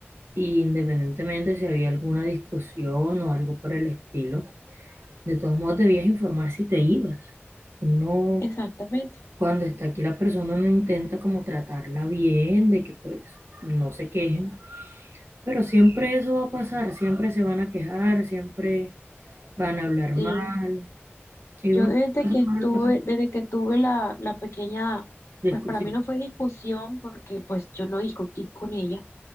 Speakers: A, on the right (about 70°); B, on the left (about 80°).
A: y independientemente si había alguna discusión o algo por el estilo De todos modos, debías informar si te ibas. Uno,
B: Exactamente.
A: cuando está aquí la persona, uno intenta como tratarla bien, de que pues no se quejen, pero siempre eso va a pasar, siempre se van a quejar, siempre van a hablar
B: Sí.
A: mal, y
B: Yo
A: uno
B: desde
A: pasa
B: que
A: mal
B: estuve,
A: pues,
B: desde que tuve la, la pequeña,
A: discusión.
B: pues para mí no fue discusión, porque pues yo no discutí con ella